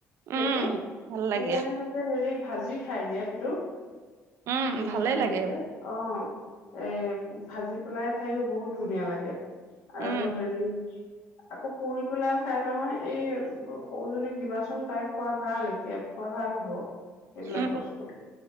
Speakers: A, on the right; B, on the left.
A: উম,
B: সেইটো
A: ভাল লাগে।
B: কুমলিয়াততে হেৰি ভাজি খাই দিয়া সেইটো।
A: উম,
B: গোমধানটো
A: ভালেই লাগে।
B: যে, অ'। এ ভাজি পেলাই খাইওঁ বহুত ধুনীয়া লাগে। আৰু
A: উম,
B: হেৰি আকৌ পুৰি পেলাইওঁ খাই নহয় এই সৰুজনীক দিবাচোন, তাই খোৱা ভাল, এতিয়া খোৱা ভাল হ'ব। এইবিলাক
A: উম,
B: বস্তু,